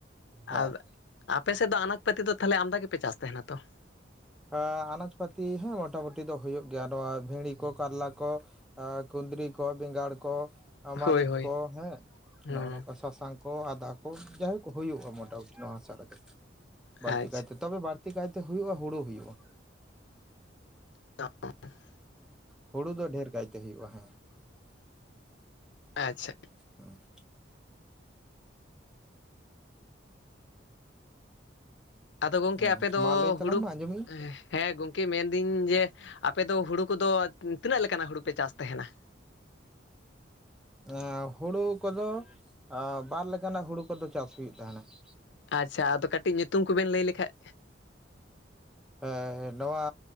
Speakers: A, in the centre; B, on the left (about 70°).
A: ᱦᱮᱸ
B: ᱟᱨ <unintelligible> ᱟᱯᱮ ᱥᱮᱫ ᱫᱚ ᱟᱱᱟᱡᱽ ᱯᱟᱹᱛᱤ ᱫᱚ ᱛᱟᱦᱚᱞᱮ ᱟᱢᱫᱟ ᱜᱮᱯᱮ ᱪᱟᱥ ᱛᱟᱦᱮᱱᱟ ᱛᱚ ᱾
A: ᱟ ᱟᱱᱟᱡᱽᱯᱟᱹᱛᱤ ᱦᱮᱸ ᱢᱚᱴᱟᱢᱩᱴᱤ ᱫᱚ ᱦᱩᱭᱩᱜ ᱜᱮᱭᱟ ᱱᱚᱣᱟ ᱵᱷᱤᱲᱤ ᱠᱚ ᱠᱟᱨᱞᱟ ᱠᱚ ᱾ ᱟᱸᱠᱩᱱᱫᱽᱨᱤ ᱠᱚ ᱵᱮᱸᱜᱟᱲ ᱠᱚ ᱾ ᱟ ᱢᱟᱹᱨᱤᱪ
B: ᱦᱳᱭ ᱦᱳᱭ
A: ᱠᱚ ᱦᱮᱸ
B: ᱦᱩᱸ
A: ᱱᱚᱜᱼᱚᱱᱚᱝᱠᱟ ᱥᱟᱥᱟᱝ ᱠᱚ ᱟᱫᱟ ᱠᱚ ᱾ ᱠᱚ ᱡᱟᱦᱟᱭ ᱠᱚ ᱦᱩᱭᱩᱜᱼᱟ ᱢᱚᱴᱟᱢᱩᱴᱤ ᱱᱚᱣᱟ ᱦᱟᱥᱟᱲ ᱨᱮᱫᱚ ᱵᱟᱹᱲᱛᱤ
B: ᱟᱪᱪᱷᱟ
A: ᱠᱟᱭᱛᱮ ᱾ ᱛᱚᱵᱮ ᱵᱟᱹᱲᱛᱤ ᱠᱟᱭᱛᱮ ᱦᱩᱭᱩᱜᱼᱟ ᱦᱩᱲᱩ ᱦᱩᱭᱩᱜᱼᱟ ᱾
B: <inaudible>
A: ᱦᱩᱲᱩ ᱫᱚ ᱰᱷᱮᱨ ᱠᱟᱭᱛᱮ ᱦᱩᱭᱩᱜᱼᱟ ᱦᱮᱸ ᱾
B: ᱟᱪᱪᱷᱟ
A: ᱦᱩᱸ <inaudible>
B: ᱟᱫᱚ ᱜᱚᱝᱠᱮ
A: ᱦᱮᱸ
B: ᱟᱯᱮ ᱫᱚ
A: ᱢᱟ ᱞᱟᱹᱭ ᱛᱟᱞᱟᱝ
B: ᱦᱩᱲᱩ
A: ᱢᱮ ᱟᱸᱡᱚᱢᱤᱧ
B: ᱦᱮᱸ ᱜᱚᱝᱠᱮ ᱢᱮᱱᱫᱟᱹᱧ ᱡᱮ ᱟᱯᱮᱚ ᱦᱩᱲᱩ ᱠᱚᱫᱚ ᱛᱤᱱᱟᱹᱜ ᱞᱮᱠᱟᱱᱟᱜ ᱦᱩᱲᱩ ᱯᱮ ᱪᱟᱥ ᱛᱟᱦᱮᱱᱟ?
A: ᱮᱸ ᱦᱩᱲᱩ ᱠᱚᱫᱚ ᱵᱟᱨ ᱞᱮᱠᱟᱱᱟᱜ ᱦᱩᱲᱩ ᱠᱚᱫᱚ ᱪᱟᱥ ᱦᱩᱭᱩᱜ ᱛᱟᱦᱮᱱᱟ ᱾
B: ᱟᱪᱪᱷᱟ ᱟᱫᱚ ᱠᱟᱹᱴᱤᱡ ᱧᱩᱛᱩᱢ ᱠᱚᱵᱮᱱ ᱞᱟᱹᱭ ᱞᱮᱠᱷᱟᱡ?
A: <unintelligible> ᱱᱚᱣᱟ